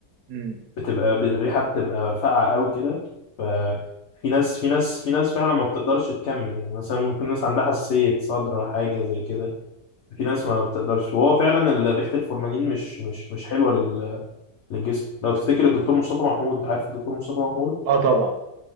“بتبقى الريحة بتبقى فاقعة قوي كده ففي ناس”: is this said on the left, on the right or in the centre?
Left